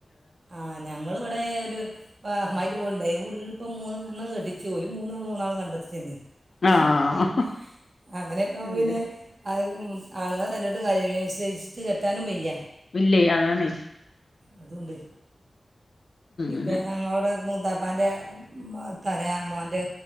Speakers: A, on the right; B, on the left.
A: ആഹ് ഞങ്ങളിവിടെ ഒരു പ മരിവുണ്ടേ <unintelligible> ഇപ്പം മൂന്നെണ്ണം കെട്ടിച്ചുപോലും മൂന്നും മൂന്നാള് കണ്ടെത്തി തന്നെയാ
B: ആഹ്
A: ഹ് മ് അങ്ങനെയൊക്കാവുമ്പ
B: അതന്നെ
A: പിന്നെ ആ ഉം ആണുങ്ങള് അത് തെരഞ്ഞ ഒരു കാര്യോല്ല വിസ്വസിച്ചിട്ട് കെട്ടാനും വയ്യ
B: വില്ലേയ് അതാണെ
A: അതുണ്ട് ഇപ്പ
B: അങ്ങനെ
A: <unintelligible> വാപ്പാൻ്റെ <unintelligible> ത്തറ്യ മോന്റെ